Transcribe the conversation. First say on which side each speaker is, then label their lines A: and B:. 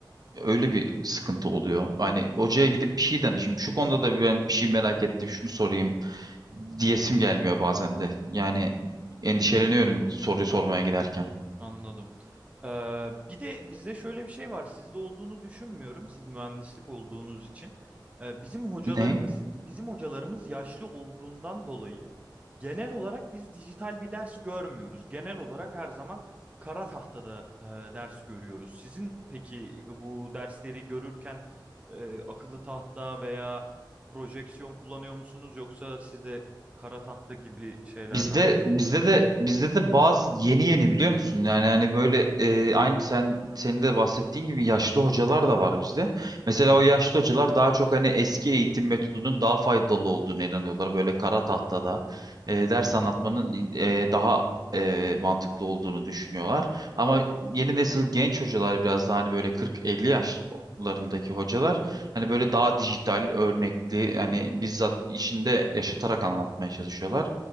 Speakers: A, on the right; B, on the right.
A: öyle bir sıkıntı oluyor. Hani hocaya gidip bir şey danışayım. Şu konuda da ben bir şey merak ettim. Şunu sorayım diyesim gelmiyor bazen de. Yani endişeleniyorum soruyu sormaya giderken.
B: Anladım. Ee, bir de bizde şöyle bir şey var. Sizde olduğunu düşünmüyorum. Siz mühendislik olduğunuz için. Ee, bizim hocalarımız
A: Ne?
B: bizim hocalarımız yaşlı olduğundan dolayı genel olarak biz dijital bir ders görmüyoruz. Genel olarak her zaman kara tahtada e, ders görüyoruz. Sizin peki bu dersleri görürken e, akıllı tahta veya projeksiyon kullanıyor musunuz yoksa sizde kara tahta gibi şeylerden
A: Bizde bizde de bizde de bazı yeni yeni biliyor musun? Yani hani böyle e, aynı sen senin de bahsettiğin gibi yaşlı hocalar da var bizde. Mesela o yaşlı hocalar daha çok hani eski eğitim metodunun daha faydalı olduğunu inanıyorlar. Böyle kara tahtada e, ders anlatmanın e, daha e, mantıklı olduğunu düşünüyorlar. Ama yeni nesil genç hocalar biraz daha hani böyle 40-50 yaşlarındaki hocalar hani böyle daha dijital, örnekli hani bizzat işinde yaşatarak anlatmaya çalışıyorlar.